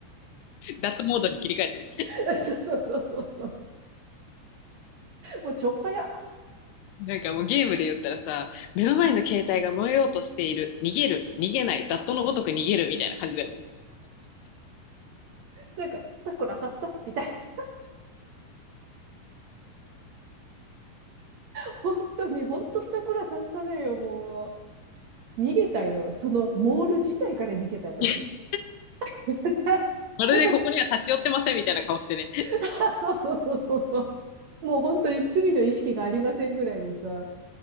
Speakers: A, on the left (about 80°); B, on the right (about 60°).
A: ダットモードに切り替えてね。
B: <laughs> そうそうそうそうそう、もうちょっぱや、
A: なんかもうゲームで言ったらさ、目の前の携帯が燃えようとしている、逃げる、逃げない、ダットのごとく逃げるみたいな感じだよね。
B: なんか、スタコラさっさ、みたいな。本当に、本当スタコラさっさだよ、もう。逃げたよ。その、モール自体から逃げた、私。
A: <laughs>
B: <laughs>
A: まるでここには立ち寄ってませんみたいな顔してね、
B: 早く、<laughs> そうそうそうそうそう。もう本当に罪の意識がありませんぐらいのさ、